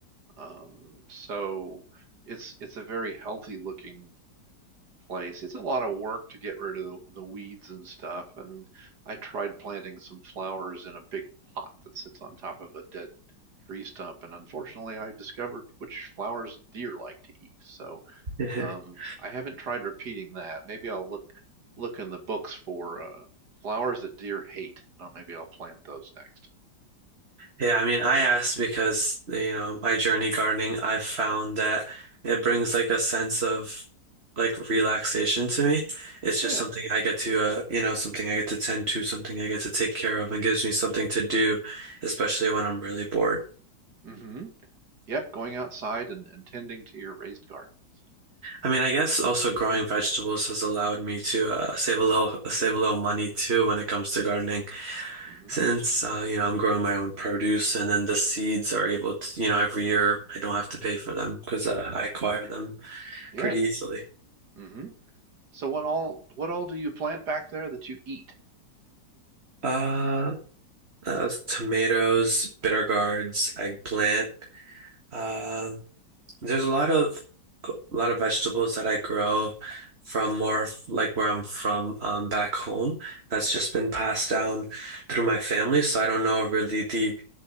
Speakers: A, on the right (about 60°); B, on the right (about 35°).
A: Um, so it's it's a very healthy looking place. It's a lot of work to get rid of the, the weeds and stuff. And I tried planting some flowers in a big pot that sits on top of a dead tree stump. And unfortunately, I discovered which flowers deer like to eat. So
B: <laughs>
A: um, I haven't tried repeating that. Maybe I'll look look in the books for uh, flowers that deer hate. No, maybe I'll plant those next.
B: Yeah, I mean, I asked because, you know, my journey gardening, I've found that it brings like a sense of like relaxation to me. It's
A: Yeah.
B: just something I get to uh, you know, something I get to tend to, something I get to take care of and gives me something to do, especially when I'm really bored.
A: Mm-hmm. Yep. Going outside and, and tending to your raised gardens.
B: I mean, I guess also growing vegetables has allowed me to uh, save a little <laughs> save a little money too when it comes to gardening.
A: Mm-hmm.
B: Since uh, you know, I'm growing my own produce and then the seeds are able to, you know, every year I don't have to pay for them because uh, I acquire them
A: Yeah.
B: pretty easily.
A: Mm-hmm. So what all what all do you plant back there that you eat?
B: Uh, uh tomatoes, bitter gourds, eggplant. um, There's a lot of a lot of vegetables that I grow from more of like where I'm from um, back home. That's just been passed down through my family, so I don't know really the